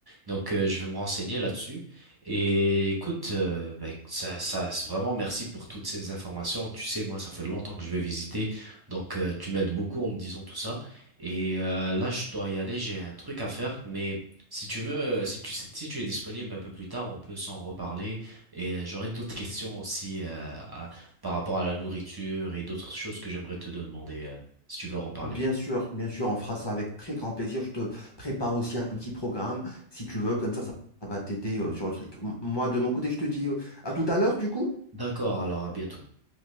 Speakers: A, on the right; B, on the left.
A: Donc, euh, je vais me renseigner là-dessus. Et écoute, euh, ben, ça, ça, c'est vraiment merci pour toutes ces informations. Tu sais, moi, ça fait longtemps que je vais visiter, donc euh, tu m'aides beaucoup en me disant tout ça. Et euh, là, je dois y aller, j'ai un truc à faire. Mais si tu veux, euh, si tu, si tu es disponible un peu plus tard, on peut s'en reparler. Et j'aurai d'autres questions aussi euh, à- par rapport à la nourriture et d'autres choses que j'aimerais te demander euh, si tu veux en parler.
B: Bien sûr, bien sûr, on fera ça avec très grand plaisir. Je te prépare aussi un petit programme, si tu veux, comme ça, ça va t'aider euh, sur le truc. M- moi, de mon côté, je te dis euh, à tout à l'heure, du coup.
A: D'accord, alors à bientôt.